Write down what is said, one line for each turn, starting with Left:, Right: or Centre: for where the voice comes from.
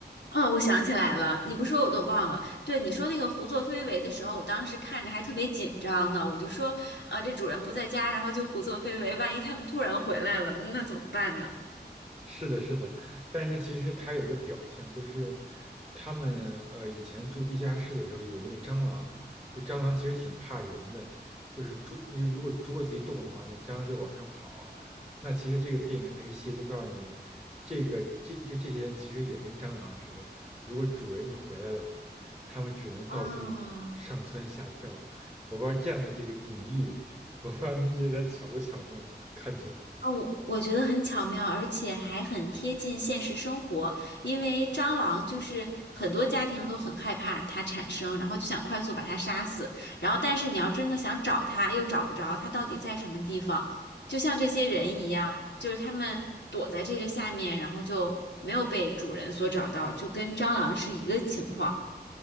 Left: 哦，我想起来了，你不说我都忘了。对，你说那个胡作非为的时候，我当时看着还特别紧张呢。我就说，啊、这主人不在家，然后就胡作非为，万一他们突然回来了，那怎么办呢？
Centre: 是的，是的，但是其实它有一个表象，就是他们呃以前住地下室的时候有那个蟑螂，就蟑螂其实挺怕人的，就是桌那个如果桌子一动的话，那蟑螂就往上跑。那其实这个电影那个戏就告诉你，这个这就这些人其实也跟蟑螂似的，如果主人一回来的话，他们只能到处上蹿下跳。
Left: 啊、
Centre: 我不知道这样的这个隐喻，我不知道您觉得它巧不巧妙，看起来。
Left: 哦，我我觉得很巧妙，而且还很贴近现实生活。因为蟑螂就是很多家庭都很害怕它产生，然后就想快速把它杀死。然后，但是你要真的想找它，又找不着它到底在什么地方，就像这些人一样，就是他们躲在这个下面，然后就没有被主人所找到，就跟蟑螂是一个情况。